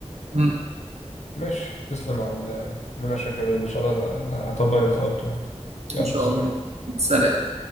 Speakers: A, on the right; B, on the left.
A: امم
B: ماشي تسلم على المناقشه الجميله دي ان شاء الله هطبق اللي انت قلته يعني. يلا
A: ان شاء
B: سلام
A: الله سلام